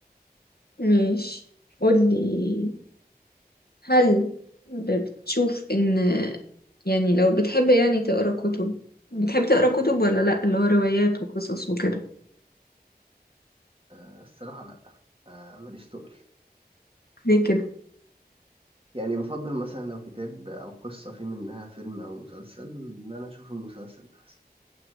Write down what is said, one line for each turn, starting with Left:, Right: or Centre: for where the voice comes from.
Left: ماشي قولي هل بتشوف إن يعني لو بتحب يعني تقرأ كتب بتحب تقرأ كتب ولا لأ اللي هو روايات وقصص وكده
Right: أه الصراحه لا أه ماليش تقل
Left: ليه كده؟
Right: يعني بفضل مثلا لو كتاب او قصه في منها فيلم او مسلسل ان انا اشوف المسلسل احسن